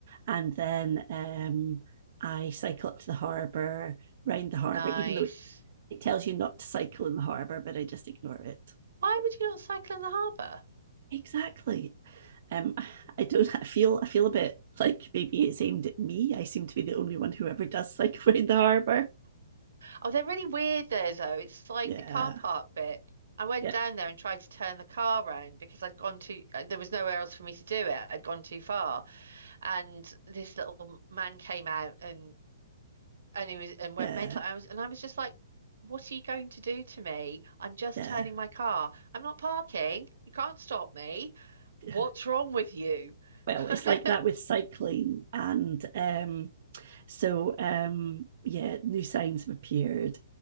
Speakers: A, on the right (about 50°); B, on the right (about 75°).
A: And then um, I cycle up to the harbour, round the harbour,
B: nice.
A: even though it, it tells you not to cycle in the harbour, but I just ignore it.
B: Why would you not cycle in the harbour?
A: Exactly. Um, I don't I feel I feel a bit like maybe it's aimed at me. I seem to be the only one who ever does cycle <laughs> around the harbour.
B: Oh, they're really weird there though. It's like
A: Yeah.
B: the car park bit. I went
A: yeah
B: down there and tried to turn the car round because I'd gone too, uh, there was nowhere else for me to do it. I'd gone too far. and this little man came out and and he was and went
A: yeah
B: mental. I was and I was just like, "What are you going to do to me? I'm just
A: yeah.
B: turning my car. I'm not parking. You can't stop me. What's
A: yeah.
B: wrong with you?"
A: well
B: <laughs>
A: it's like that with cycling and um so um yeah new signs have appeared